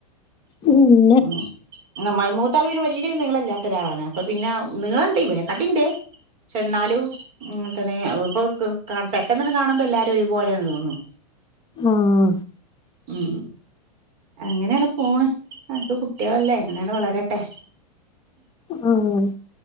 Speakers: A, on the left; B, on the right.
A: ഉം
B: ഉം മായി മൂത്താള് പിന്നെ വല്യോരു നീളല്ലാത്തൊരാളാണ് അപ്പൊ പിന്നെ നീളണ്ട്‌ ഇവരെക്കാട്ടിണ്ട് ക്ഷെന്നാലും ഉം തന്നെ ഇപ്പ പെട്ടെന്നണ് കാണുമ്പോ എല്ലാരും ഒരു പോലാണ് തോന്നും
A: ആഹ്
B: ഉം അങ്ങനേണ് പോണ് അൻത്തെ കുട്ട്യാളല്ലേ അങ്ങനേ വളരട്ടെ
A: ഉം